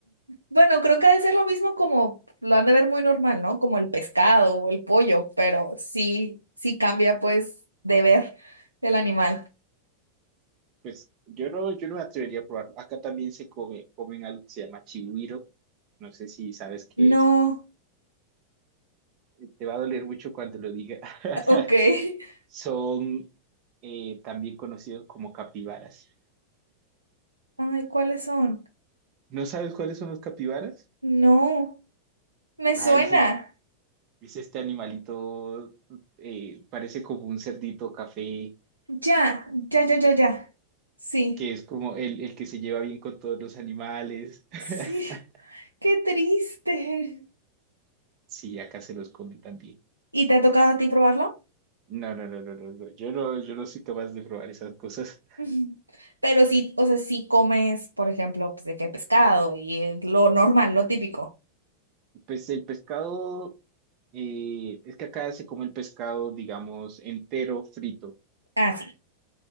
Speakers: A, on the right; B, on the right.
A: Bueno, creo que ha de ser lo mismo como lo han de ver muy normal, ¿no? Como el pescado o el pollo, pero sí, sí cambia pues de ver el animal.
B: Pues yo no, yo no me atrevería a probarlo. Acá también se come, comen algo que se llama chigüiro no sé si sabes qué
A: No,
B: es. eh, Te va a doler mucho cuando lo diga. <laughs>
A: ok. <laughs>
B: Son eh, también conocidos como capibaras.
A: Ay, ¿cuáles son?
B: ¿No sabes cuáles son los capibaras?
A: No, me suena.
B: Ah, es este, es este animalito, eh, parece como un cerdito café,
A: Ya, ya, ya, ya, ya. Sí,
B: que es como el, el que se lleva bien con todos los animales. <laughs>
A: sí. <laughs> Qué triste.
B: Sí, acá se los comen también.
A: ¿Y te ha tocado a ti probarlo?
B: No, no, no, no, no, no. Yo no, yo no soy capaz de probar esas cosas.
A: <laughs> Ujú. Pero sí, o sea, sí comes, por ejemplo, pues de qué pescado y eh, lo normal, lo típico.
B: Pues el pescado eh, es que acá se come el pescado, digamos, entero, frito.
A: Ah, sí.